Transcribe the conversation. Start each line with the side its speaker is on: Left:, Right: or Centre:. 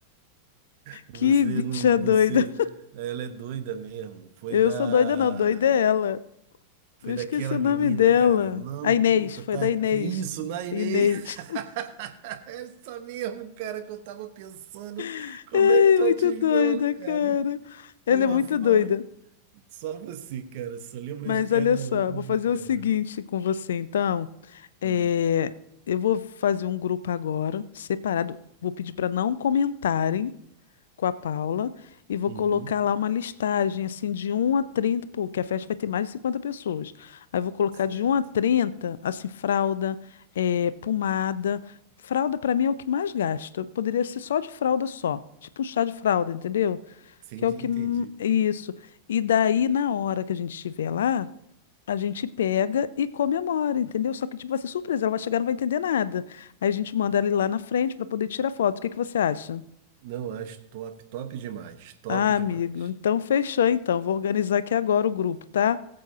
Right: Você
Left: Que bicha
Right: não,
Left: doida.
Right: você, ela é doida mesmo. Foi
Left: Eu
Right: da
Left: sou doida, não, doida é ela.
Right: Foi
Left: Eu
Right: daquela
Left: esqueci o
Right: menina,
Left: nome dela.
Right: cara. Não,
Left: A Inês,
Right: puta,
Left: foi
Right: tá
Left: da
Right: aqui
Left: Inês.
Right: isso, Nainê.
Left: Inês.
Right: <laughs> Era isso mesmo, cara, que eu tava pensando.
Left: <laughs>
Right: Como
Left: Ai,
Right: é que tu
Left: muito
Right: adivinhou,
Left: doida,
Right: cara?
Left: cara.
Right: Porra,
Left: Ela é muito
Right: foram
Left: doida.
Right: só você, cara. Só lembra
Left: Mas
Right: de cada
Left: olha só,
Right: um,
Left: vou fazer
Right: cara.
Left: o seguinte com você, então. É,
Right: Hum.
Left: eu vou fazer um grupo agora, separado. Vou pedir para não comentarem com a Paula e vou
Right: Uhum,
Left: colocar lá uma listagem assim de um a 30, porque a festa vai ter mais de 50 pessoas. Aí eu vou colocar
Right: certo.
Left: de um a 30 assim, fralda, eh, pomada. Fralda para mim é o que mais gasta. Poderia ser só de fralda só, tipo um chá de fralda, entendeu?
Right: Entendi,
Left: Que é o que
Right: entendi.
Left: hum, isso. E daí na hora que a gente estiver lá, A gente pega e comemora, entendeu? Só que, tipo, vai ser surpresa, ela vai chegar e não vai entender nada. Aí a gente manda ele lá na frente para poder tirar foto. O que que você acha?
Right: Não, acho top, top demais, top
Left: Ah,
Right: demais.
Left: amigo, então fechou então. Vou organizar aqui agora o grupo, tá?